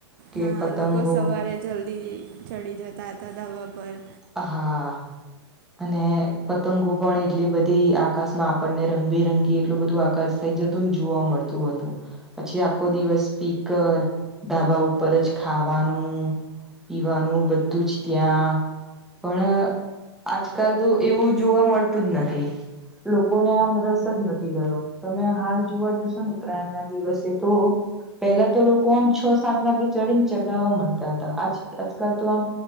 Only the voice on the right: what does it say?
હા
લોકો સવારે જલ્દી ચડી જતા હતા ધાબા પર.